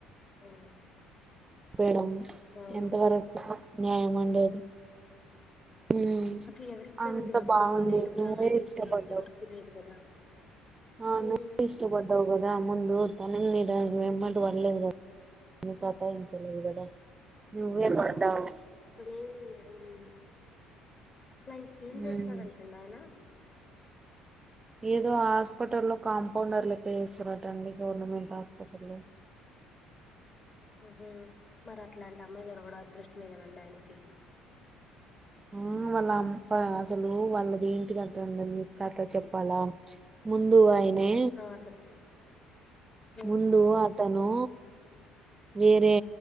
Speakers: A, on the left (about 35°); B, on the right (about 25°).
A: ఉమ్
B: మేడమ్
A: అవును
B: ఎంతవరకు న్యాయం అండి అది
A: ఉమ్.
B: ఉమ్
A: అసలు ఎవరిచ్చారండి
B: అంత
A: హక్కు
B: బాగుంది
A: ఒక నిండు ప్రాణాన్ని
B: నువ్వే
A: తీసే
B: ఇష్టపడ్డావు
A: హక్కు ఎవరికి లేదు కదా
B: అవును
A: ఉమ్,
B: ఇష్టపడ్డ ఔను గదా ముందూ తనని దాని వెంట పడలేదు సతాయించలేదు గదా నువ్వే పడ్డావు
A: గుడ్ ఈవినింగ్ మేడమ్ నేను అసలు ఏం చేస్తాడంట
B: ఉమ్.
A: ఆయన
B: ఏదో హాస్పిటల్లో కాంపౌండర్ లెక్క చేస్తాడట అండి గవర్నమెంట్ హాస్పిటల్లో
A: ఆమ్ హా మరి అట్లాంటి అమ్మాయి దొరకడం అదృష్టమే కదండి ఆయనకి
B: ఉమ్ వాళ్ళ అమ్ అ అసలు వాళ్ళది ఏంటి కథ అన్నది నీకు కథ చెప్పాలా ముందు అయినే
A: ఆ చెప్పండి ఉ
B: ముందూ అ తనూ వేరే